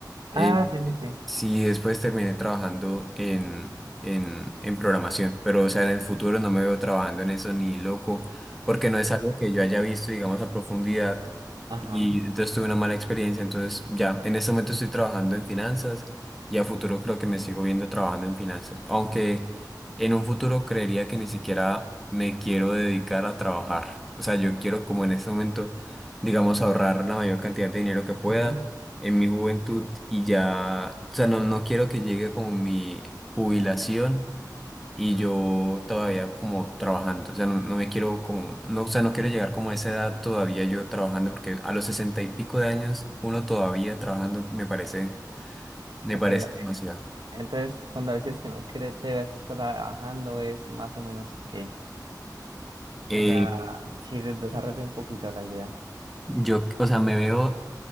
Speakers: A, on the right; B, in the centre.
A: Ah,
B: Eh,
A: sí,
B: eh,
A: sí, sí.
B: sí, después terminé trabajando en, en, en programación, pero o sea, en el futuro no me veo trabajando en eso ni loco, porque no es algo que yo haya visto, digamos, a profundidad.
A: Ajá.
B: Y entonces tuve una mala experiencia, entonces ya en este momento estoy trabajando en finanzas y a futuro creo que me sigo viendo trabajando en finanzas, aunque en un futuro creería que ni siquiera me quiero dedicar a trabajar. O sea, yo quiero como en este momento, digamos, ahorrar la mayor cantidad de dinero que pueda
A: ujú.
B: en mi juventud y ya, o sea, no, no quiero que llegue como mi jubilación y yo todavía como trabajando, o sea, no, no me quiero como, no, o sea, no quiero llegar como a esa edad todavía yo trabajando porque a los sesenta y pico de años uno todavía trabajando me parece, me
A: Ok,
B: parece
A: dale.
B: demasiado.
A: Entonces, cuando decías que no cre- te ves trabajando, es más o menos que,
B: Eh,
A: o sea, si desarrollo un poquito la idea.
B: yo, o sea, me veo